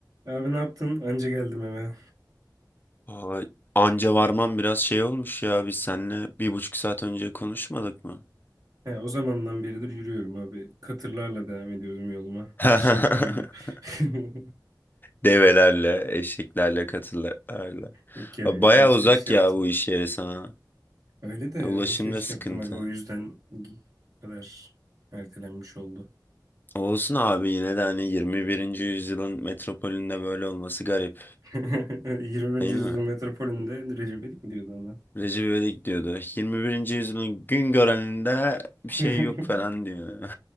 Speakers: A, on the right; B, on the left.
A: Abi ne yaptın? Anca geldim eve.
B: Aa, anca varman biraz şey olmuş ya. Biz seninle bir buçuk saat önce konuşmadık mı?
A: He, o zamandan beridir yürüyorum abi. Katırlarla devam ediyorum yoluma.
B: <laughs>
A: Eşeklerle. <laughs>
B: Develerle, eşeklerle, katırlarla.
A: Yok ya
B: Baya
A: bir alışveriş
B: uzak
A: yaptım.
B: ya bu iş yeri sana.
A: Öyle de
B: Ulaşım
A: alışveriş
B: da sıkıntı.
A: yaptım aga o yüzden bu kadar ertelenmiş oldu.
B: Olsun abi yine de hani 21. yüzyılın metropolünde böyle olması garip
A: <laughs> 20.
B: değil
A: yüzyıl
B: mi?
A: metropolünde Recep İvedik mi diyordu ona?
B: Recep İvedik diyordu. 21. yüzyılın gün göreninde bir
A: <laughs>
B: şey yok falan diyor.